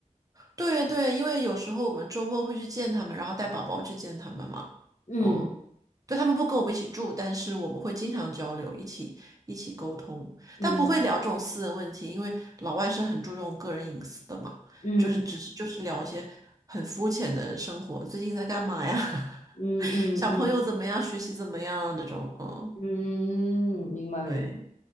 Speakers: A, on the right (about 25°); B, on the left (about 65°).
A: 对对，因为有时候我们周末会去见他们，然后带宝宝去见他们嘛。
B: 嗯
A: 哦，对，他们不跟我们一起住，但是我们会经常交流，一起一起沟通，
B: 嗯
A: 但不会聊这种私人问题，因为老外是很注重个人隐私的嘛。
B: 嗯
A: 就是只是就是聊一些很肤浅的生活，最近在干嘛呀？
B: 嗯嗯嗯嗯，
A: <laughs> 小朋友怎么样？学习怎么样啊？这种，嗯，
B: 嗯，明白明白。
A: 对，